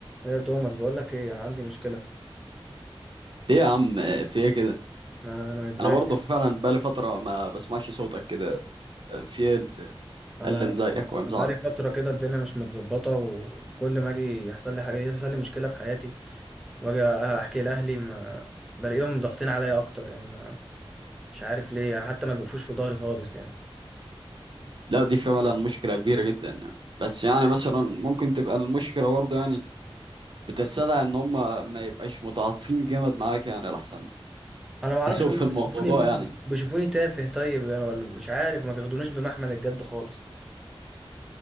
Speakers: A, in the centre; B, on the right.
A: ايه يا توماس بقول لك ايه انا عندي مشكله
B: ليه يا عم في ايه كده
A: ما انا متضايق
B: انا برضه فعلا بقالي فتره ما بسمعش صوتك كده في ايه ال-
A: انا
B: اللي مضايقك
A: انا
B: ومزعلك
A: بقالي فتره كده الدنيا مش متظبطه وكل ما اجي يحصل لي حاجه يحصل لي مشكله في حياتي واجي احكي لاهلي ما بلاقيهم ضاغطين عليا اكتر يعني ما مش عارف ليه يعني حتى ما بيقفوش في ظهري خالص يعني
B: لا دي فعلا مشكله كبيره جدا يعني. بس يعني مثلا ممكن تبقى المشكله برضه يعني بتستدعي ان هم ما يبقاش متعاطفين جامد معاك يعني الاحسن
A: انا ما اعرفش
B: تسوق
A: هم
B: في الموضوع
A: بيشوفوني ممكن
B: يعني
A: بيشوفوني تافه طيب يعني ولا مش عارف ما بياخدونيش بمحمل الجد خالص